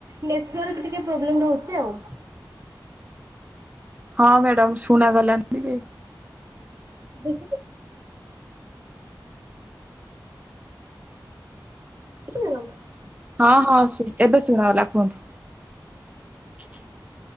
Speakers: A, on the right (about 45°); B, on the right (about 20°).
A: ନେଟୱର୍କ ଟିକେ ପ୍ରୋବେଲମ୍ ରହିଛି ଆଉ।
B: ହଁ ମ୍ୟାଡାମ ଶୁଣାଗଲାନି ଟିକେ।
A: ବେଶି କି ଶୁଭୁଚି ମ୍ୟାଡାମ?
B: ହଁ ହଁ ଏବେ ଶୁଣାଗଲା କୁହନ୍ତୁ?